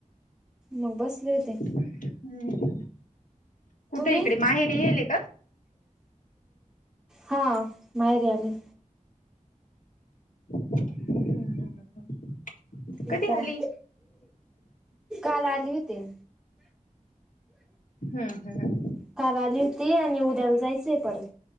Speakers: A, in the centre; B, on the left.
A: मग बसले होते.
B: हम्म कुठे
A: तुम्ही
B: इकडे माहेरी येईले का?
A: हा माहेरे आले.
B: <inaudible>
A: लेकरा
B: कधी आली?
A: काल आली होती.
B: हम्म हम्म हम्म.
A: का आली होती आणि उद्याला जायचंय परत.